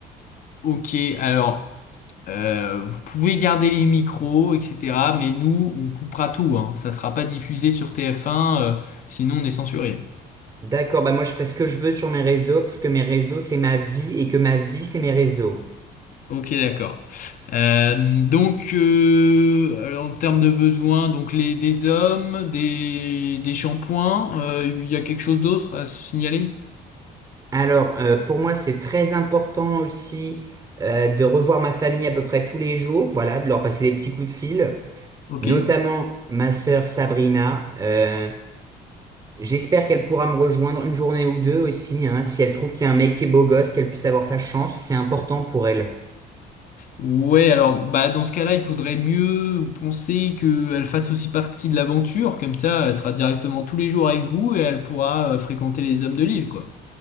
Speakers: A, on the left (about 55°); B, on the right (about 20°).
A: Ok, alors, euh, vous pouvez garder les micros, etc., mais nous, on coupera tout, hein. Ça sera pas diffusé sur TF1, euh, sinon on est censuré.
B: D'accord, bah moi, je ferai ce que je veux sur mes réseaux, parce que mes réseaux, c'est ma vie, et que ma vie, c'est mes réseaux.
A: Ok, d'accord. Euh, donc, euh, alors, en termes de besoins, donc les des hommes, des, des shampoings, euh, il y a quelque chose d'autre à signaler?
B: Alors, euh, pour moi, c'est très important aussi, euh, de revoir ma famille à peu près tous les jours, voilà, de leur passer des petits coups de fil,
A: Ok.
B: notamment ma sœur Sabrina. euh, J'espère qu'elle pourra me rejoindre une journée ou deux aussi, hein, si elle trouve qu'il y a un mec qui est beau gosse, qu'elle puisse avoir sa chance, c'est important pour elle.
A: Ouais, alors bah dans ce cas-là, il faudrait mieux penser qu'elle fasse aussi partie de l'aventure, comme ça, elle sera directement tous les jours avec vous et elle pourra euh, fréquenter les hommes de l'île, quoi.